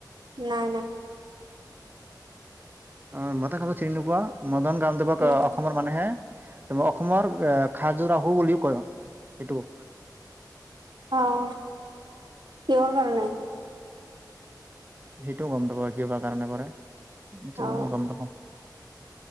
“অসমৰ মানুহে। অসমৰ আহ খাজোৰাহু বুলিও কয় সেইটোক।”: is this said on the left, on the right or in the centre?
Right